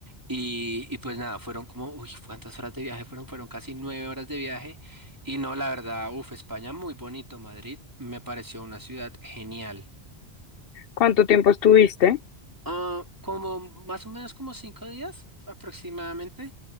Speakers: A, on the right; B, on the left.
A: Y, y pues nada, fueron como, uy, ¿cuántas horas de viaje fueron? Fueron casi nueve horas de viaje. Y no, la verdad, uff, España muy bonito, Madrid me pareció una ciudad genial.
B: ¿Cuánto tiempo estuviste?
A: Ah, como más o menos como cinco días aproximadamente.